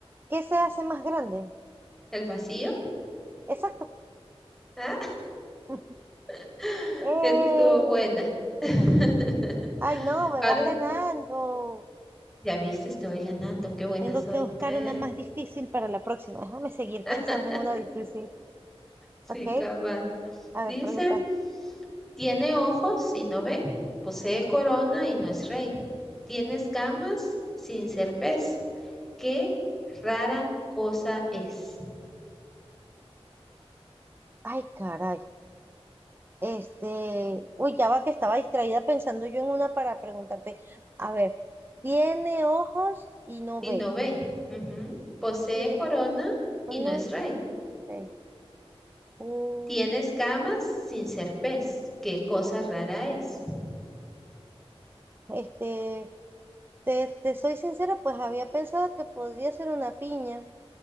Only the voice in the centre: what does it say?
el vacío.
Ah,
<laughs>
esa estuvo buena. <laughs>
Ahora
ya viste, estoy ganando. Qué buena
soy.
Eh,
<laughs>
sí,
cabal.
Dice,
tiene ojos y no ve, posee corona y no es rey, tiene escamas sin ser pez. Qué rara cosa es.
y
no ve. Ujú. Posee
corona
y no es rey.
Tiene escamas sin ser pez. Qué cosa rara es.